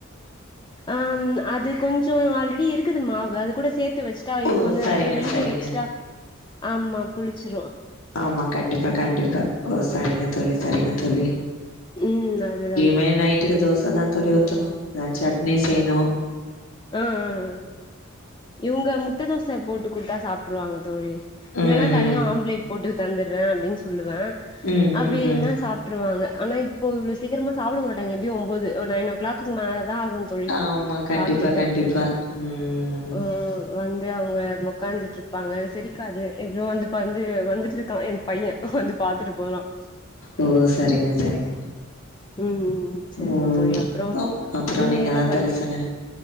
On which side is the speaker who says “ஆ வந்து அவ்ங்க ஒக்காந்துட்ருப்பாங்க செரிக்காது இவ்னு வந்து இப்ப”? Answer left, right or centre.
Left